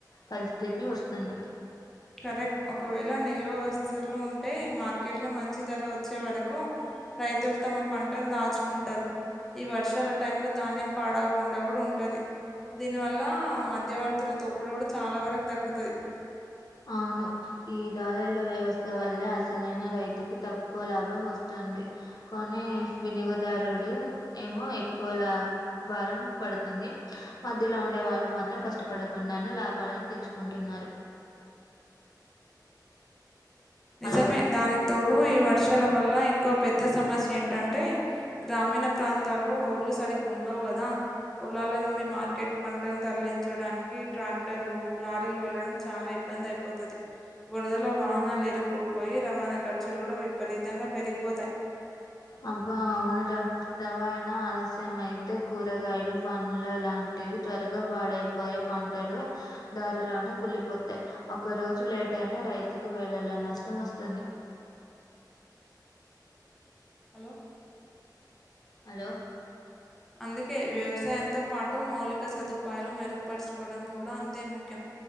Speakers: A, on the left; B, in the centre.
A: పరిస్థితి వస్తుంది
B: కరెక్ట్ ఒకవేళ నిల్వ వస్తువులు ఉంటే మార్కెట్ లో మంచి ధర వచ్చే వరకు రైతులు తమ పంటను దాచుకుంటారు ఈ వర్షాల టైం లో ధాన్యం పాడవకుండా కూడా ఉంటది దీనివల్ల మధ్యవర్తుల దోపుడు కూడా చాలా వరకు తగ్గుతుంది
A: అవును ఈ దారుర్ల వ్యవస్థ వల్లే అసలైన రైతుకి తక్కువ ఎక్కువ లాభం వస్తుంది కొనే వినియోగదారుడు ఏమో ఎక్కువ లా భారం పడుతుంది మధ్యలో ఉండే వాళ్ళు మాత్రం కష్టపడకుండానే లాభాలను తెచ్చుకుంటున్నారు మరి
B: నిజమే
A: హలో
B: దానికి తోడు ఈ వర్షాల వల్ల ఇం ఒక పెద్ద సమస్య ఏంటంటే గ్రామీణ ప్రాంతాల్లో రోడ్లు సరిగ్గా ఉండవు కదా పొలాల నుండి మార్కెట్ పంటను తరలించడానికి ట్రాక్టర్లు లారీలు వెళ్లడం చాలా ఇబ్బ ఇబ్బంది అయిపోతది బురదలో వాహనలు ఇరు కుపోయి రవాణా ఖర్చులు కూడా విపరీతంగా పెరిగిపోతాయి
A: అబ్బా అవును రా రవాయణా ఆలస్యం అయితే కూరగాయలు పండ్లు లాంటి టివి త్వరగా వాడైపోయే పంటలు దారిలోనే కులిపోతాయి ఒకరోజు లేట్ టైనా రైతుకు వేళల్లో నష్టం వస్తుంది
B: హలో
A: హలో
B: అందుకే వ్యవసాయంతో పాటు మౌలిక సదుపాయాలు మెరుగుపరుచుకోవడం కూడా అంతే ముఖ్యం